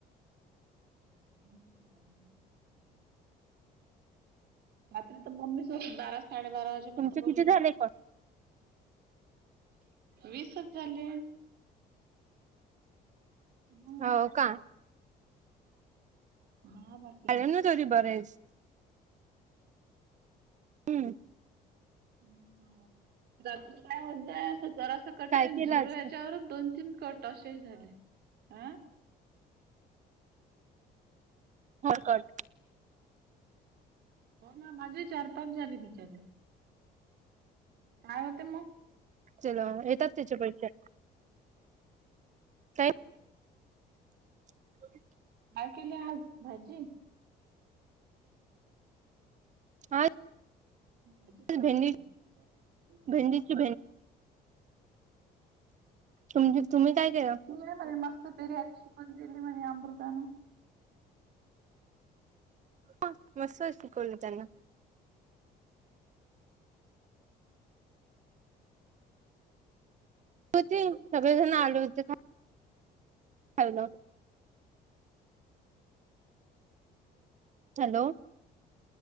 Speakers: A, on the right; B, on the right.
A: <unintelligible> रात्री तर मम्मी सोबत बारा साडे बारा वाजे पर्यंत
B: तुमचे किती
A: बोलले.
B: झाले कॉल
A: वीसच झाले. ह.
B: हो का?
A: हा बर.
B: आले ना तरी बरेच. हम्म.
A: ऊ आ रात्री काय होतय अस जरास कठीण
B: काय केलं
A: झीरो
B: आज
A: याच्यावरच दोन तीन कट अशे झाले अ.
B: होय कट.
A: हो ना माझेही चार पाच झाले बिचारे काय होते मग.
B: चलो येतात त्याचे पैसे. काय. <unintelligible>
A: काय केली आज भाजी.
B: <unintelligible>
A: भाजी काय
B: भेंडी
A: केली हो
B: भेंडीची
A: का.
B: तुमची तुम्ही काय केलं.
A: तुला म्हणे मस्त बिर्याणी शिकून दिली म्हणे अमृताान.
B: ह मस्त शिकवल त्यांन.
A: <unintelligible>
B: <unintelligible> हॅलो.